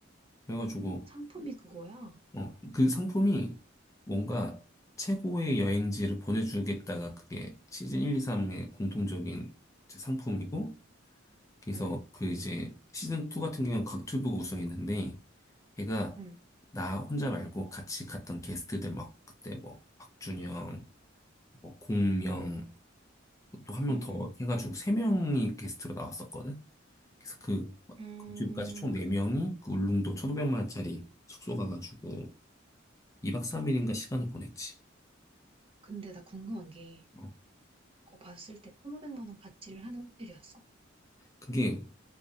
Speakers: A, on the left (about 15°); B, on the right (about 30°).
A: 그래가지고
B: 상품이 그거야?
A: 어, 그 상품이 뭔가 최고의 여행지를 보내주겠다가 그게 시즌 1, 2, 3의 공통적인 이제 상품이고, 그래서
B: 응,
A: 그 이제 시즌 2 같은 경우는 곽튜브가 우승했는데, 걔가
B: 응,
A: 나 혼자 말고 같이 갔던 게스트들 막 그때 뭐 박준영, 뭐 공명, 또 한 명
B: 응,
A: 더
B: 응.
A: 해가지고 세명이 게스트로 나왔었거든. 그래서 그
B: 음,
A: 곽튜브까지 총 네명이그 울릉도 1,500만 원짜리 숙소 가가지고 2박 3일인가 시간을 보냈지.
B: 근데 나 궁금한 게,
A: 어,
B: 그거 봤을 때 1,500만 원 가치를 하는 호텔이었어.
A: 그게